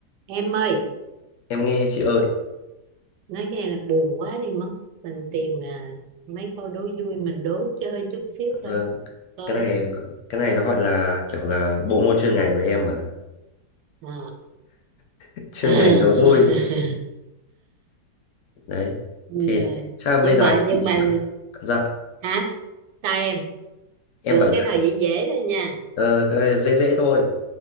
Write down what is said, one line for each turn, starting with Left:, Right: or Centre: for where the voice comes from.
Right: em ơi
Left: em nghe chị ơi
Right: nói nghe là buồn quá đi mất mình tìm à, mấy câu đố vui mình đố chơi chút xíu
Left: ờ,
Right: thôi coi
Left: cái này
Right: em
Left: cái này nó gọi là kiểu là bộ môn chuyên ngành của em mà
Right: Ờ.
Left: <laughs> chuyên
Right: <laughs>
Left: ngành nó vui đấy
Right: rồi
Left: thì sao bây
Right: nhưng
Left: giờ
Right: mà nhưng
Left: chị chỉ
Right: mà
Left: học? dạ
Right: hả sai em
Left: em
Right: lựa
Left: bảo là
Right: cái nào dễ dễ thôi nha
Left: ờ, cái dễ dễ thôi